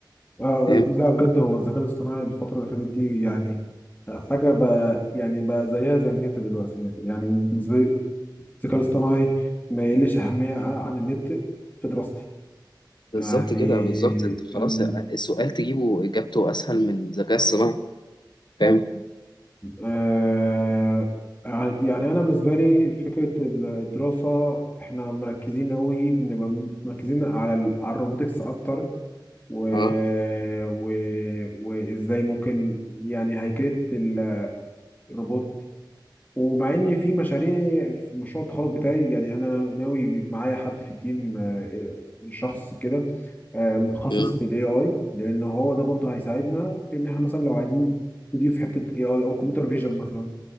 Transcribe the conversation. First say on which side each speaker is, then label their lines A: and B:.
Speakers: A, on the left (about 20°); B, on the left (about 70°).
A: آه
B: فاهم؟
A: لا بجد هو الذكاء الاصطناعي الفترة اللي فاتت دي يعني حاجة بقى يعني بقى زيها زي النت دلوقتي يعني بالنسبة لي الذكاء الاصطناعي ما يقلش أهمية عن النت في دراستي
B: بالظبط
A: يعني
B: كده بالظبط انت خلاص
A: ال-
B: السؤال تجيبه اجابته اسهل من الذكاء الصناعي فاهم
A: آه يعني أنا بالنسبة لي فكرة ال- الدراسة إحنا مركزين قوي بنبقى مركزين على ال- على الروبوتكس أكتر و...
B: اه
A: و... وإزاي ممكن يعني هيكلة ال- الروبوت ومع ان في مشاريع في مشروع التخرج بتاعي يعني انا ناوي معايا حد في التيم آه، شخص كده آه، متخصص
B: امم
A: في الاي اي لان هو ده برضه هيساعدنا في ان احنا مثلا لو عايزين نضيف حته اي اي او كمبيوتر فيجن مثلا